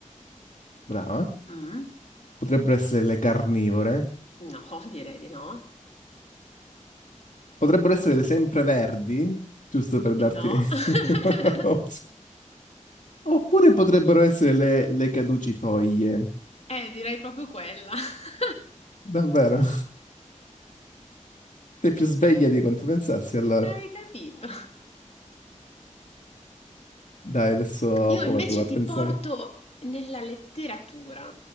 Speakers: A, on the left (about 70°); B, on the left (about 55°).
A: brava.
B: Mh?
A: Potrebbero essere le carnivore.
B: No, <laughs> direi di no.
A: Potrebbero essere le sempreverdi, giusto per darti
B: Eh, no.
A: <laughs>
B: <laughs>
A: un'opzione. Oppure potrebbero essere le, le caducifoglie.
B: Eh, direi proprio quella. <laughs>
A: Davvero? Sei più sveglia di quanto pensassi, allora.
B: Hai capito.
A: Dai, adesso
B: Io
A: prova
B: invece
A: tu a
B: ti
A: pensare.
B: porto nella letteratura.